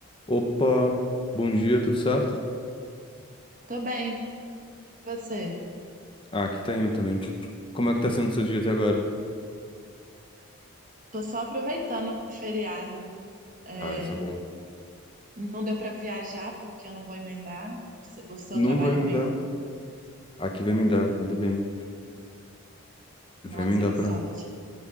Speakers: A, on the left; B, on the right.
A: Opa, bom dia, tudo certo?
B: Tô bem, e você?
A: Ah, aqui tá indo também. Como é que tá sendo o seu dia até agora?
B: Tô só aproveitando o feriado. É,
A: Ah, isso é bom.
B: não deu pra viajar porque eu não vou emendar se- o seu
A: Não
B: trabalho.
A: vai me
B: emenda.
A: dar. Aqui vai me dar, ainda bem. Vai
B: Nossa,
A: me dar
B: que
A: pra,
B: sorte.